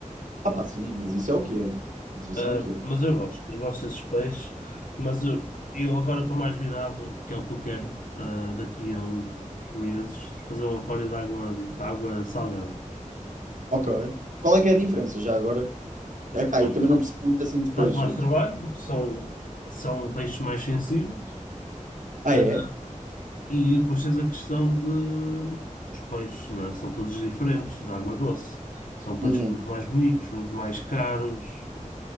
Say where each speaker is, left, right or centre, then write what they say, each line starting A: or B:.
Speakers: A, on the right (about 75°); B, on the left (about 85°).
A: ah, pá, sim, mas isso é o que é. Mas isso
B: Ah,
A: é o que é.
B: mas eu gosto, eu gosto desses peixes. Mas eu, eu agora estou mais virado, que é o que eu quero, ah, daqui a uns meses, fazer um aquário de água, de água salgada.
A: Ok. Qual é que é a diferença já agora? é pá
B: Bom,
A: eu também não percebo muito assim de
B: Dá-te
A: peixe.
B: mais
A: então.
B: trabalho, porque são, são peixes mais sensíveis.
A: Ah,
B: Ah,
A: é?
B: e depois tens a questão de. Os peixes, não é? São todos diferentes, da água doce. São peixes
A: Uhum.
B: muito mais bonitos, muito mais caros.